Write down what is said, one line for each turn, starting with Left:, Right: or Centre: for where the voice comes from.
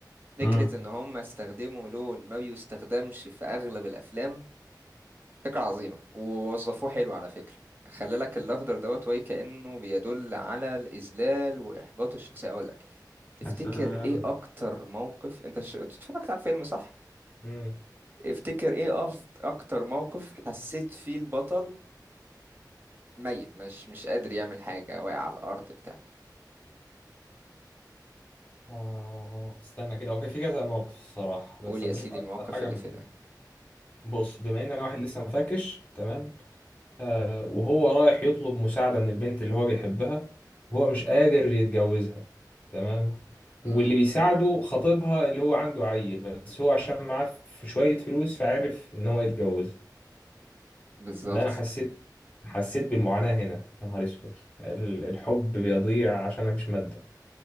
Right: فكرة
Left: امم
Right: إن هما استخدموا لون ما بيستخدمش في أغلب الأفلام فكرة عظيمة ووظفوه حلو على فكرة خلى لك الأخضر دوت وي كأنه بيدل على الإذلال وإحباط الشخصية أقول لك تفتكر
Left: يا سلام
Right: إيه أكتر موقف أنت ش... أنت اتفرجت على الفيلم صح؟
Left: مم.
Right: افتكر إيه أف... أكتر موقف حسيت فيه البطل ميت مش مش قادر يعمل حاجة واقع على الأرض بتاع
Left: آه استنى كده هو كان في كذا موقف الصراحة
Right: قول
Left: بس
Right: يا
Left: لما
Right: سيدي
Left: أشوف أكتر
Right: المواقف
Left: حاجة
Right: اللي
Left: م-
Right: في ده
Left: بص بما إن أنا واحد لسه مفركش تمام آه وهو رايح يطلب مساعدة من البنت اللي هو بيحبها وهو مش قادر يتجوزها تمام
Right: امم
Left: واللي بيساعده خطيبها اللي هو عنده عيل بس هو عشان معاه في شوية فلوس فعرف إن هو يتجوز
Right: بالظبط
Left: ده أنا حسيت حسيت بالمعاناة هنا يا نهار أسود ال- الحب بيضيع عشان مفيش مادة